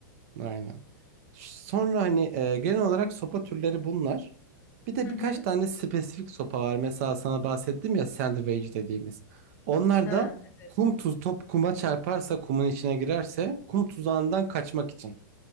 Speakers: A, on the right; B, on the left.
A: Aynen. Sonra hani e, genel olarak sopa türleri bunlar. Bir de
B: Hı
A: birkaç
B: hı.
A: tane spesifik sopa var. Mesela sana bahsettim ya sandwich dediğimiz. Onlar
B: Ha
A: da
B: evet.
A: kum tuz top kuma çarparsa kumun içine girerse kum tuzağından kaçmak için.